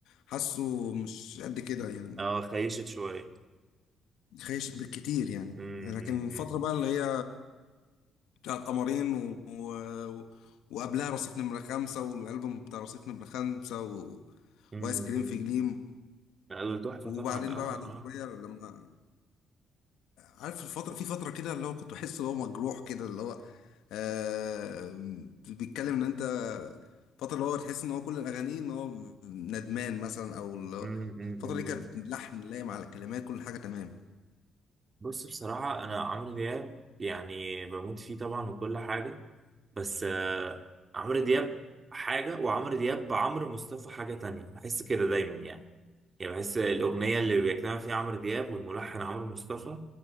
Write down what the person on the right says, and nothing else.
اه خيشت شوية
مم،
مم،
مم.
مم،
مم.
لا، دول تحفة
طبعا اه
اه
اه
مم، مم،
مم.
بص بصراحة انا عمرو دياب يعني بموت فيه طبعا وكل حاجة بس آه، عمرو دياب حاجة وعمرو دياب بعمرو مصطفى حاجة تانية بحس كده دايما يعني يعني بحس الأغنية اللي بيجتمع فيها عمرو دياب والملحن عمرو مصطفى